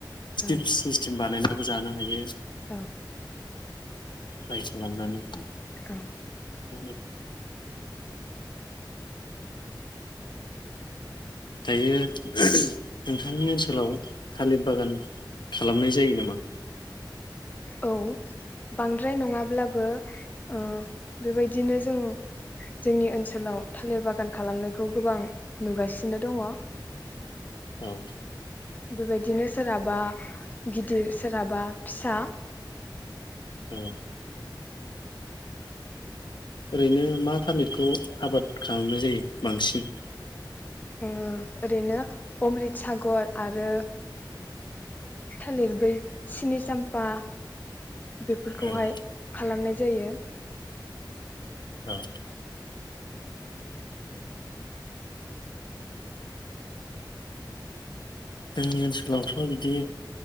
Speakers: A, on the left (about 70°); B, on the left (about 20°).
A: चिप्स
B: ओं
A: सिस्टेम बानायनांगौ जानो हायो।
B: औ।
A: रायस खालाम नानै।
B: औ।
A: <inaudible> दायो नोंथांनि ओनसोलाव थालिर बागान खालामनाय जायो नामा?
B: औ बांद्राय नङाब्लाबो ओ बेबायदिनो जों जोंनि ओनसोलाव थालिर बागान खालामनायखौ गोबां नुगासिनो दङ।
A: औ।
B: बेबायदिनो सोरहाबा गिदिर सोरहाबा फिसा।
A: औ। ओरैनो मा थालिरखौ आबाद खालामनाय जायो बांसिन।
B: ओरैनो अमृत सागर आरो थालिर बै सिनि चाम्फा बेफोरखौहाय
A: ओं
B: खालामनाय जायो।
A: औ। जोंनि ओनसोलावथ बिदि